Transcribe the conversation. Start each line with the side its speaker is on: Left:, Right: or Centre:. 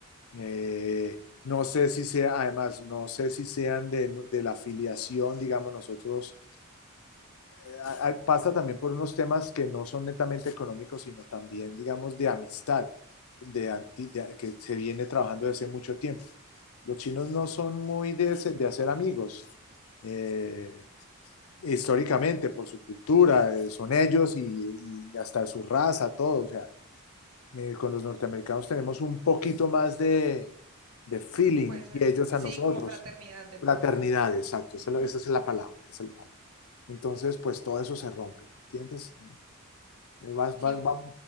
Left: Eh, no sé si sea, además, no sé si sean de, de la afiliación, digamos, nosotros, eh, a- pasa también por unos temas que no son netamente económicos, sino también, digamos, de amistad, de, anti- de- que se viene trabajando desde mucho tiempo. Los chinos no son muy de, ese- de hacer amigos, eh, históricamente, por su cultura, eh, son ellos y, y hasta su raza, todo, o sea, eh, con los norteamericanos tenemos un poquito más de de feeling
Right: Sí, puede ser.
Left: y ellos
Right: Sí,
Left: a nosotros.
Right: como fraternidad de
Left: Fraternidad,
Right: pronto.
Left: exacto, esa,
Right: Ujú,
Left: es la- esa es la palabra, esa es la palabra. Entonces, pues todo eso se rompe, ¿me entiendes? Eh, vas-
Right: Sí,
Left: va-
Right: u-
Left: va-